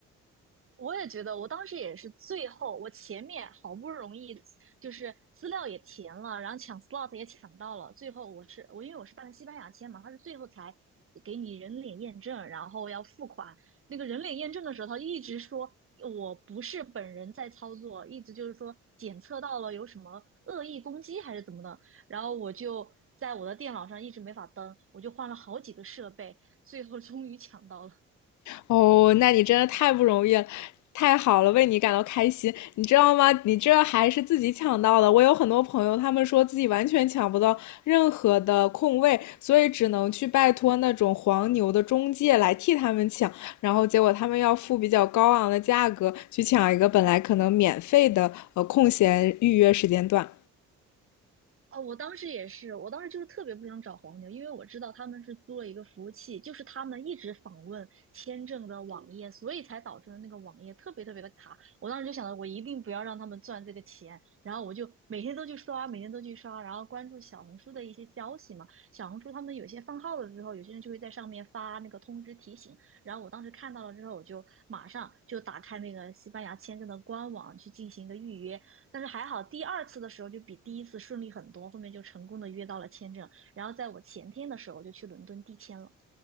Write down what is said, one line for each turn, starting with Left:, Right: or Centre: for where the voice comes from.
Right: 我也觉得，我当时也是最后，我前面好不容易就是资料也填了，然后抢 slot 也抢到了，最后我是我因为我是办的西班牙签嘛，他是最后才给你人脸验证，然后要付款。那个人脸验证的时候，他一直说我不是本人在操作，一直就是说检测到了有什么恶意攻击还是怎么的，然后我就在我的电脑上一直没法登，我就换了好几个设备，最后终于抢到了。
Left: 哦，那你真的太不容易了，太好了，为你感到开心。你知道吗？你这还是自己抢到的。我有很多朋友，他们说自己完全抢不到任何的空位，所以只能去拜托那种黄牛的中介来替他们抢，然后结果他们要付比较高昂的价格去抢一个本来可能免费的呃空闲预约时间段。
Right: 哦，我当时也是，我当时就是特别不想找黄牛，因为我知道他们是租了一个服务器，就是他们一直访问签证的网页，所以才导致了那个网页特别特别的卡。我当时就想着，我一定不要让他们赚这个钱，然后我就每天都去刷，每天都去刷，然后关注小红书的一些消息嘛。小红书他们有些放号了之后，有些人就会在上面发那个通知提醒，然后我当时看到了之后，我就马上就打开那个西班牙签证的官网去进行一个预约，但是还好，第二次的时候就比第一次顺利很多，后面就成功的约到了签证。然后在我前天的时候就去伦敦递签了。